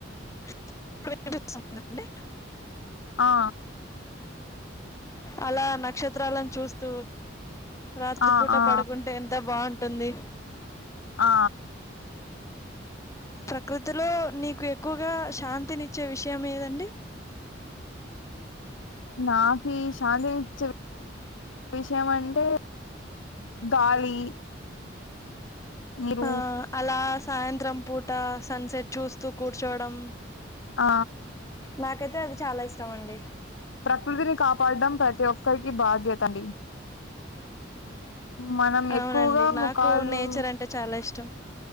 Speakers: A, on the left (about 15°); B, on the left (about 90°).
A: ఇప్పుడు వినిపిస్తుందా అండి.
B: ఆ
A: అలా నక్షత్రాలను చూస్తూ రాత్రిపూట
B: ఆ ఆ ఆ
A: పడుకుంటే ఎంత బాగు ట్టుంది
B: ఆ
A: ప్రకృతిలో నీకు ఎ క్కువగా శాంతినిచ్చే విషయం ఏదండి
B: నాకి శాంతి ఇచ్చే విషయం అంటే గాలి నీరు
A: ఆ అలా సాయంత్రం పూట సన్సెట్ చూస్తూ కూర్చోడం
B: ఆ
A: నాకైతే అది చాలా ఇష్టం అండి
B: ప్రకృతిని కాపాడం ప్రతి ఒక్కరికి బాధ్యత అండి మనం
A: అవునండి
B: ఎక్కువగా
A: నాకు
B: ముఖాలు
A: నేచర్ అంటే చాలా ఇష్టం